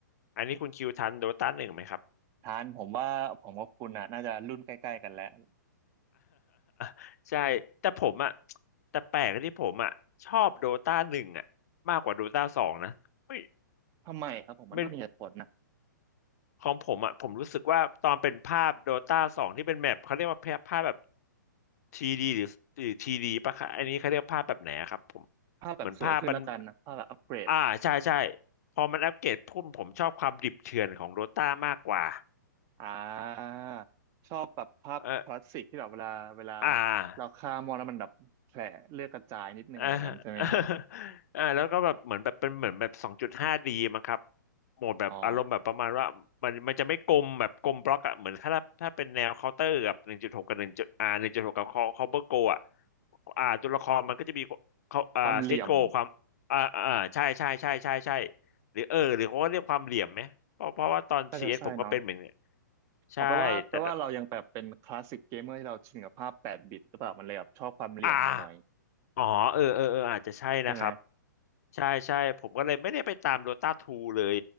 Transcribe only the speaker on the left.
อันนี้คุณคิวทันโดตาหนึ่งไหมครับ
<laughs> ใช่แต่ผมอะแต่แปลกที่ผมอะชอบโดตาหนึ่งอะมากกว่าโดตาสองนะเฮ้ย
ไม่ของผมอะผมรู้สึกว่าตอนเป็นภาพโดตาสองที่เป็นแมปเขาเรียกว่าภาพแบบทีดีหรือหรือทีดีปะคะอันนี้เขาเรียกภาพแบบไหนอะครับผม
เหมือนภาพมัน อ่าใช่ใช่พอมันอัปเกรดพุ่มผมชอบความดิบเถื่อนของโดต้ามากกว่า
เอออ่า
เออ <laughs> เแล้วก็แบบเหมือนแบบเป็นเหมือนแบบสองจุดห้าดีมั้งครับโหมดแบบอารมณ์แบบประมาณว่ามันมันจะไม่กลมแบบกลมบล็อกอะเหมือนถ้าถ้าเป็นแนวเคาน์เตอร์กับหนึ่งจุดหกกับหนึ่งจุดอ่าหนึ่งจุดหกกับเคาน์เตอร์โกอะ
อ่าตัวละครมันก็จะมีเขาอ่าเซตโกความอ่าอ่าใช่ใช่ใช่ใช่ใช่
หรือเออหรือเขาก็เรียกความเหลี่ยมไหมเพราะเพราะว่าตอนซีเอสผมก็เป็นเหมือน
ใช่แต่
อ่าอ๋อเออเออเอออาจจะใช่นะครับ
ใช่ใช่ผมก็เลยไม่ได้ไปตามโดตาทูเลย